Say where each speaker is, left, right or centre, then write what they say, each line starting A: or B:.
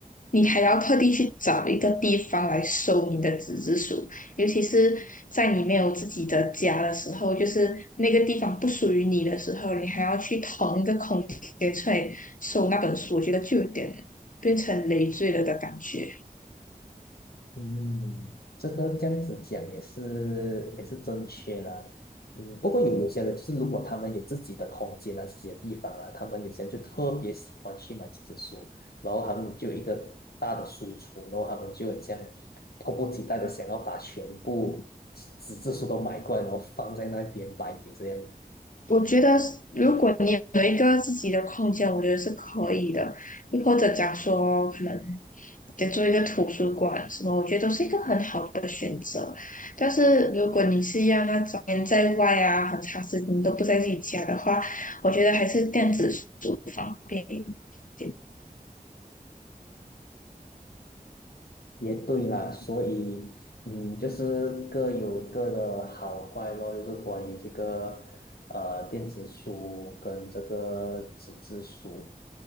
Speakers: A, on the left (about 60°); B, on the left (about 80°).
A: 你还要特地去找一个地方来收你的纸质书，尤其是在你没有自己的家的时候，就是那个地方不属于你的时候，你还要去腾一个空间出来收那本书，我觉得就有点变成累赘了的感觉。
B: 嗯，这个这样子讲也是也是正确啦。嗯，不过有有些人就是如果他们有自己的空间啊，自己的地方啊，他们有些人就特别喜欢去买纸质书，然后他们就有一个大的书橱，然后他们就很像迫不及待的想要把全部纸质书都买过来，然后放在那边摆摆这样。
A: 我觉得是如果你有一个自己的空间，我觉得是可以的。又或者讲说，可能得做一个图书馆什么，我觉得都是一个很好的选择。但是如果你是要那种人在外啊，很长时间都不在自己家的话，我觉得还是电子书方便一点。
B: 也对啦，所以，嗯，就是各有各的好坏咯，就是关于这个呃电子书跟这个纸质书。